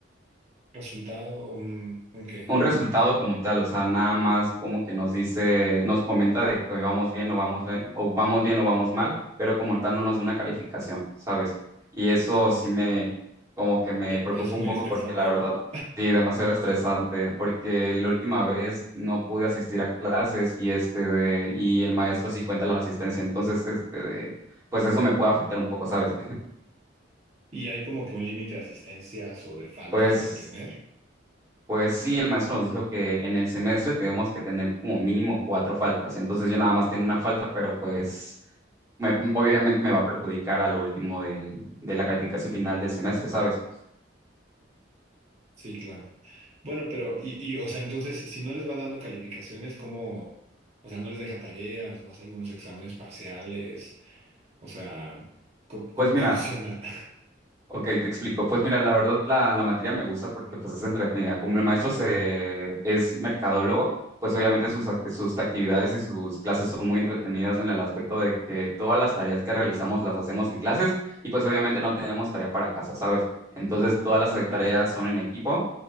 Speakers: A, on the right; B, on the right.
A: Resultado, un, un qué?
B: un resultado como tal, o sea, nada más como que nos dice, nos comenta de que vamos bien o vamos, be- o vamos bien o vamos mal, pero como tal no nos da una calificación, ¿sabes? Y eso
A: Mm,
B: sí me, como que me
A: e-
B: preocupa
A: Es muy
B: un poco
A: estresante,
B: porque la verdad,
A: ¿no?
B: sí, demasiado estresante, porque la última vez no pude asistir a clases y este de, y el maestro sí cuenta la asistencia, entonces este de, pues eso me puede afectar un poco, ¿sabes?
A: Y hay como que un límite de asistencias o de faltas
B: Pues
A: para tener.
B: Pues sí, el maestro nos dijo que en el semestre tenemos que tener como mínimo cuatro faltas. Entonces yo nada más tengo una falta, pero pues me- obviamente me va a perjudicar a lo último del- de la calificación final del semestre, ¿sabes?
A: Sí, claro. Bueno, pero, y, y, o sea, entonces, si no les va dando calificaciones, ¿cómo? O sea, no les deja tareas, no hace algunos exámenes parciales. O sea, ¿cómo, cómo
B: Pues mira,
A: funciona? <laughs>
B: Ok, te explico. Pues mira, la verdad la, la materia me gusta porque pues es entretenida. Como el maestro se, es mercadólogo, pues obviamente sus, ac- sus actividades y sus clases son muy entretenidas en el aspecto de que todas las tareas que realizamos las hacemos en clases y pues obviamente no tenemos tarea para casa, ¿sabes? Entonces todas las
A: Oye,
B: tareas
A: ya,
B: son en equipo